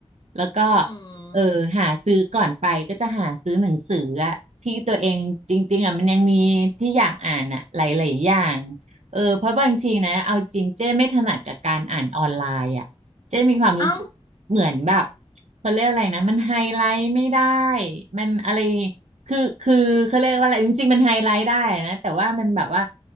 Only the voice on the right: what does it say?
แล้วก็
เออหาซื้อก่อนไปก็จะหาซื้อหนังสืออะที่ตัวเองจริงๆอะมันยังมีที่อยากอ่านอะหลายๆอย่างเออเพราะบางทีนะเอาจริงเจ้ไม่ถนัดกับการอ่านออนไลน์อะเจ๊มีความรู้สึกเหมือนแบบ
เขาเรียกอะไรนะมันไฮไลท์ไม่ได้มันอะไรคือคือเขาเรียกว่าอะไรจริงๆมันไฮไลท์ได้นะแต่ว่ามันแบบว่า